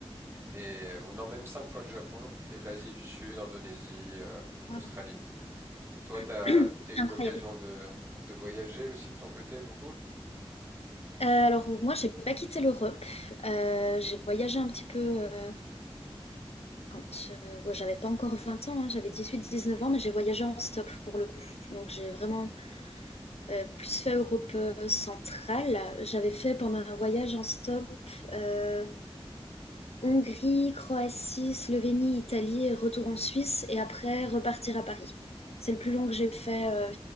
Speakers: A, on the right (about 25°); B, on the left (about 90°).
A: Et, ou non, même 5 fois le Japon. Et l'Asie du Sud, Indonésie, euh, Australie.
B: Wow.
A: Et toi, t'as,
B: <clears throat>
A: t'as eu
B: Incroyable.
A: l'occasion de, de voyager aussi de ton côté beaucoup?
B: Euh, alors, moi, j'ai pas quitté l'Europe. Euh, j'ai voyagé un petit peu euh, quand euh, ouais, j'avais pas encore 20 ans, hein, j'avais dix-huit dix-neuf ans, mais j'ai voyagé en stop pour le coup. Donc, j'ai vraiment euh, plus fait Europe euh, centrale. J'avais fait pendant un voyage en stop euh, Hongrie, Croatie, Slovénie, Italie, et retour en Suisse et après repartir à Paris. C'est le plus long que j'ai fait euh,